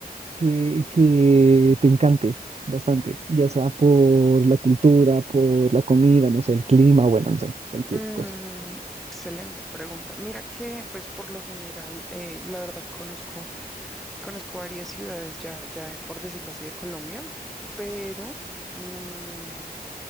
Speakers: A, on the right; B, in the centre.
A: que, que te encante bastante, ya sea por la cultura, por la comida, no sé, el clima, bueno, no sé, cualquier
B: Mm,
A: cosa.
B: excelente pregunta. Mira que, pues, por lo general, eh, la verdad conozco Conozco varias ciudades ya, ya por decirlo así, de Colombia, pero mm,